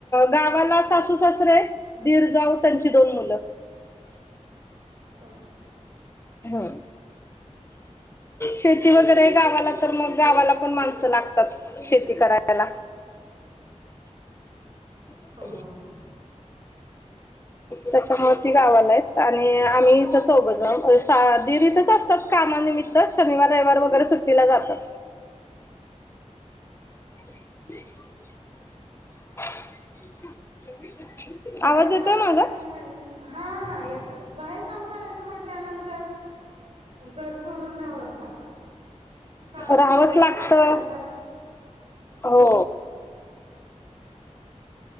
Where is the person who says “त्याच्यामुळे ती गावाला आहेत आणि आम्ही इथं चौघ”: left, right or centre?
Left